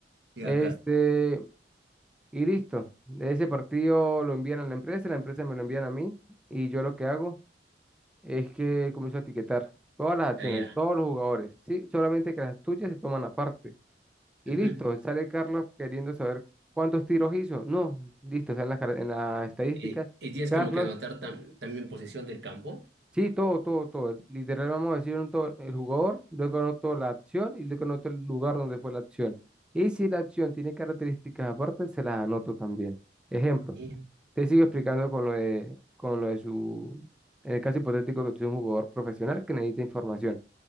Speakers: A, on the right; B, in the centre.
A: Ya.
B: Este, y listo. Ese partido lo envían a la empresa, la empresa me lo envían a mí y yo lo que hago es que comienzo a etiquetar todas las acciones,
A: Ah, ya.
B: todos los jugadores, ¿sí? Solamente que las tuyas se toman aparte. Y
A: Ujú.
B: listo, sale Carlos queriendo saber cuántos tiros hizo. No, listo, o sea, en las, car- en las estadísticas,
A: Eh, y tienes
B: Carlos,
A: como que anotar tam- también posición del campo.
B: sí, todo, todo, todo. Literal, vamos a decir un todo, el jugador, luego anoto la acción y luego anoto el lugar donde fue la acción. Y si la acción tiene características aparte, se las anoto también. Ejemplo.
A: Sí.
B: Te sigo explicando con lo de, con lo de su, en el caso hipotético que tú eres un jugador profesional que necesita información.